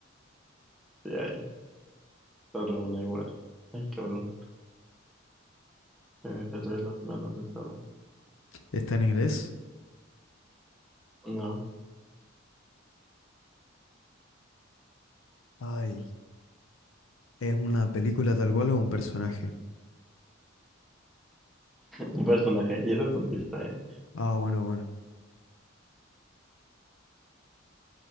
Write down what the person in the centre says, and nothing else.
sí, ahí. Solo una igual. Ay, cabrón. Se me cerré las manos eso.
No.
Un personaje. Y esa es tu pista, ¿eh?